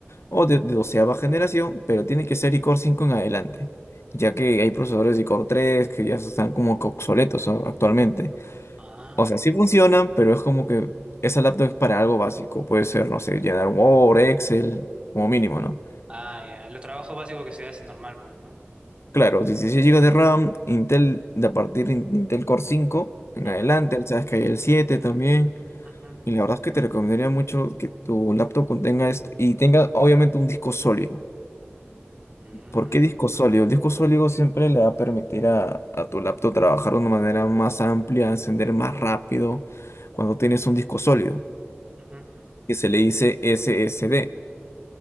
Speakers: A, on the left; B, on the right.
A: o de, de doceava generación, pero tiene que ser iCore cinco en adelante, ya que hay procesadores de iCore 3 que ya están como que obsoletos ¿no? actualmente.
B: Ah,
A: O sea, sí funcionan, pero es como que esa laptop es para algo básico, puede ser, no sé, llenar Word, Excel, como mínimo, ¿no?
B: ah, ya. Lo trabajo básico que se hace normal, pues, ¿no?
A: Claro, 16 gigas de RAM, Intel, de a partir de Intel Core cinco en
B: Ujú,
A: adelante, sabes que hay el 7 también.
B: ujú.
A: Y la verdad es que te recomendaría mucho que tu laptop contenga esto y tenga obviamente un disco sólido.
B: Mm,
A: ¿Por qué disco sólido? El disco sólido siempre le va a permitir a, a tu laptop trabajar de una manera más amplia, encender más rápido cuando tienes un disco sólido,
B: ujú.
A: que se le dice SSD.